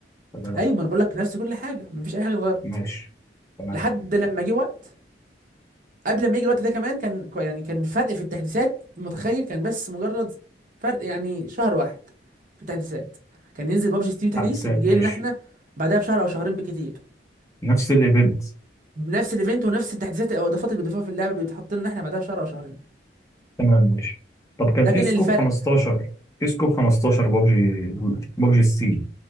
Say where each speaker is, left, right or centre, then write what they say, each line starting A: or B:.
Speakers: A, on the left (about 15°); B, on the right (about 45°).
A: ولا لا
B: ايوه ما انا بقول لك نفس كل حاجة مفيش اي حاجة اتغيرت
A: ماشي تمام
B: لحد لما جه وقت قبل ما يجي الوقت ده كمان كان كو- يعني كان الفرق في التحديثات متخيل كان بس مجرد فرق يعني شهر واحد في التحديثات كان ينزل بابجي ستيم تحديث
A: تحديثات
B: يجي
A: ماشي
B: لنا احنا بعدها بشهر او شهرين بالكتير
A: نفس الايفنت
B: نفس الايفنت ونفس التحديثات او الاضافات اللي بيضيفوها في اللعبه بيتحط لنا احنا بعدها بشهر او شهرين
A: تمام ماشي طب كان
B: ده
A: في
B: كان
A: سكوب
B: الفرق
A: 15 في سكوب 15 ببجي ببجي ستيل